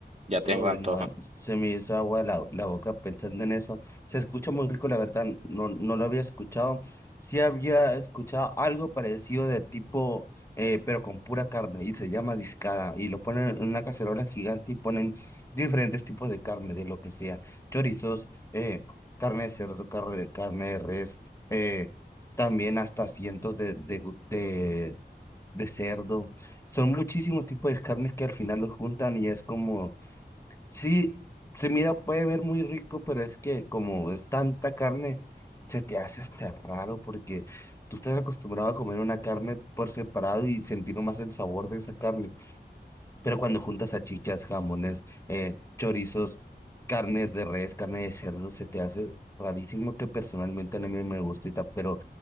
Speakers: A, on the right; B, on the left.
A: Ya tengo
B: Uy,
A: antojo.
B: no, se me hizo agua la, la boca pensando en eso. Se escucha muy rico, la verdad, no, no lo había escuchado. Sí había escuchado algo parecido de tipo, eh, pero con pura carne, y se llama discada, y lo ponen en una cacerola gigante y ponen diferentes tipos de carne, de lo que sea, chorizos, eh, carne de cerdo, carne, carne de res, eh, también hasta cientos de, de, gu- de, de cerdo. Son muchísimos tipos de carnes que al final los juntan y es como Sí, se mira, puede ver muy rico, pero es que como es tanta carne, se te hace hasta raro porque tú estás acostumbrado a comer una carne por separado y sentir más el sabor de esa carne. Pero cuando juntas salchichas, jamones, eh, chorizos, carnes de res, carne de cerdo, se te hace rarísimo que personalmente a mí me gusta, y tal, pero